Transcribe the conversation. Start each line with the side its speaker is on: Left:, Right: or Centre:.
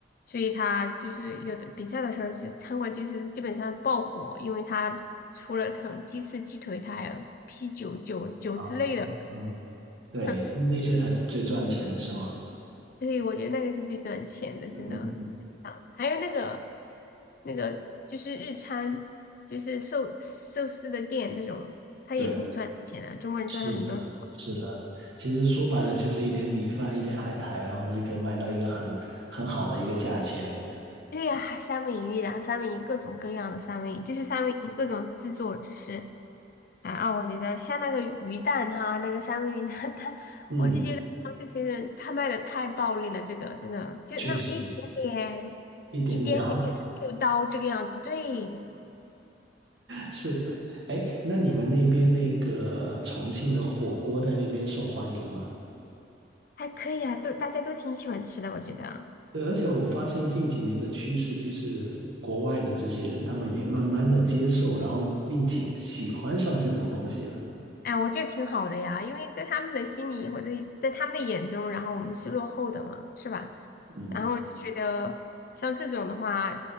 Left: 所以他就是有的比赛的时候，就是餐馆就是基本上爆火，因为他除了啃鸡翅、鸡腿，他还有啤酒、酒酒之类的。
Right: 啊，嗯，对，
Left: <laughs>
Right: 那些才是最赚钱的，是吗？
Left: 对，我觉得那个是最赚钱的，
Right: 嗯嗯嗯，
Left: 真的。啊还有那个那个就是日餐，就是寿寿司的店这种，它也挺赚钱的，
Right: 对，
Left: 中国人赚了很多钱。
Right: 是的，是的，其实说白了就是一点米饭，一点海苔，然后它就可以卖到一个很很好的一个价钱，
Left: 对呀、还三文鱼，然后三文鱼各种各样的三文鱼，就是三文鱼各种制作，就是啊啊，我觉得像那个鱼蛋哈，那个三文鱼的蛋，
Right: 嗯，
Left: 他这些人他卖的太暴利了，这个真的就那么一点点，
Right: 确实一点点。
Left: 一点点就是六刀这个样子，
Right: 啊。
Left: 对。
Right: 是的，哎，那你们那边那个重庆的火锅在那边受欢迎吗？
Left: 还可以啊，都大家都挺喜欢吃的，我觉得，
Right: 对，而且我发现近几年的趋势就是国外的这些人，他们也慢慢的接受，然后并且喜欢上这种东西了。
Left: 哎，我觉得挺好的呀，因为在他们的心里或者在他们的眼中，然后我们是落后的嘛，是吧？
Right: 嗯。
Left: 然后就觉得像这种的话，